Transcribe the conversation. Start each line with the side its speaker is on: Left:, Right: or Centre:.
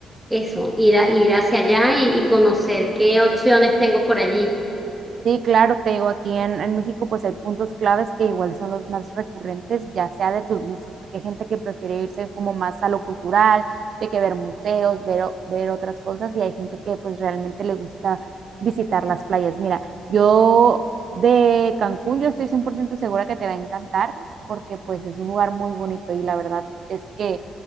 Centre: eso, ir a, ir hacia allá y y conocer qué opciones tengo por allí.
Right: Sí, claro, te digo, aquí en, en México pues hay puntos claves que igual son los más recurrentes, ya sea de tus gustos, porque hay gente que prefiere irse como más a lo cultural, de que ver museos, ver, o- ver otras cosas, y hay gente que pues realmente le gusta visitar las playas. Mira, yo de Cancún yo estoy 100% segura que te va a encantar, porque pues es un lugar muy bonito y la verdad es que